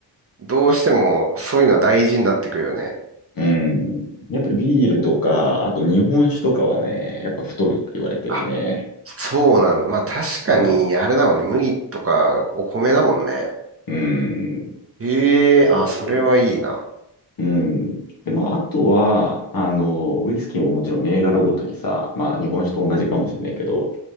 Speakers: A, on the right; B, on the left.
A: どうしてもそういうのは大事になってくるよね。
B: うん。やっぱりビールとか、あと日本酒とかはね、やっぱ太るって言われてるね。
A: あ、そうなんだ。まあ確かに、
B: うん。
A: あれだもんね。麦とかお米だもんね。
B: うん。
A: ええ、
B: そ
A: あ、それはいいな。
B: う。うん。で、まあ、あとは、あの、ウイスキーももちろん銘柄ごとにさ、まあ、日本酒と同じかもしれないけど、